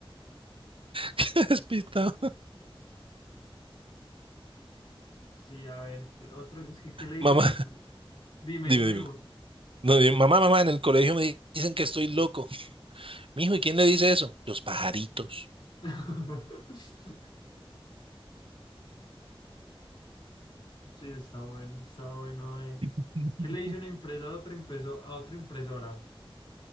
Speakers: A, on the right (about 65°); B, on the left (about 55°).
A: <laughs> despistado.
B: Sí, a ver, ¿qué otro? Es que, ¿qué le dicen?
A: Mamá,
B: en- Dime,
A: dime,
B: dime
A: dime.
B: vos.
A: No, dime, mamá, mamá, en el colegio me dicen que estoy loco. Mijo, ¿y quién le dice eso? Los pajaritos.
B: <laughs> Sí, está bueno, está bueno. eh.
A: <laughs>
B: ¿Qué le dice una empresa a otra, impreso- a otra impresora?